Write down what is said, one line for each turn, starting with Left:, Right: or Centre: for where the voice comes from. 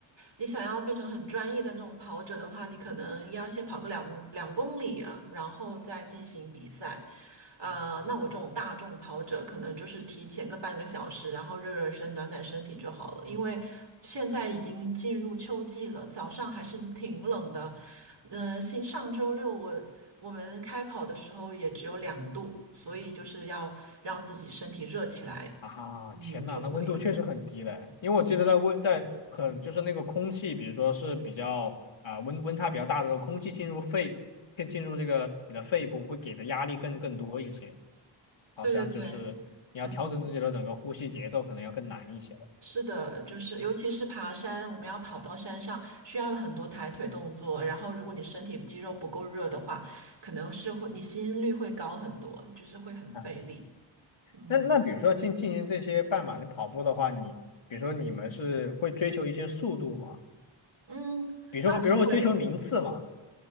Right: 你想要变成很专业的那种跑者的话，你可能要先跑个两两公里啊，然后再进行比赛。呃，那我这种大众跑者可能就是提前个半个小时，然后热热身、暖暖身体就好了。因为现在已经进入秋季了，早上还是挺冷的。嗯、新上周六我我们开跑的时候也只有两度，所以就是要让自己身体热起来，
Left: 啊，
Right: 嗯就可以了。
Left: 天呐，那温度确实很低嘞，因为我记得在温在很就是那个空气，比如说是比较啊、温温差比较大的时候，空气进入肺，更进入这个你的肺部会给的压力更更多一些，好像就是你要调整自己的整个呼吸节奏，
Right: 对对对，嗯。
Left: 可能要更难一些了。
Right: 是的，就是尤其是爬山，我们要跑到山上，需要很多抬腿动作。然后，如果你身体肌肉不够热的话，可能是会你心率会高很多，就是会很费力。
Left: 啊，
Right: 嗯
Left: 那那比如说进进行这些半马你跑步的话，你比如说你们是会追求一些速度吗？
Right: 嗯，
Left: 比如说，
Right: 当然会。
Left: 比如说会追求名次吗？